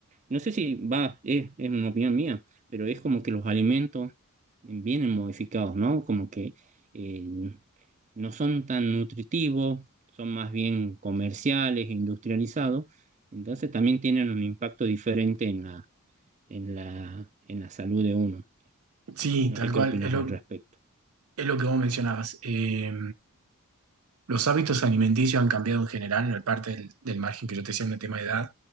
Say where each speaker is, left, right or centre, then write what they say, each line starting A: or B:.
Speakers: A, on the right; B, on the right.
A: no sé si va, es, es una opinión mía, pero es como que los alimentos vienen modificados, ¿no? Como que eh, no son tan nutritivos, son más bien comerciales, industrializados, entonces también tienen un impacto diferente en la, en la, en la salud de uno.
B: sí,
A: No
B: tal
A: sé qué
B: cual,
A: opinas
B: es lo,
A: al respecto.
B: es lo que vos mencionabas. Eh, Los hábitos alimenticios han cambiado en general, en la parte del, del margen que yo te decía en el tema de edad.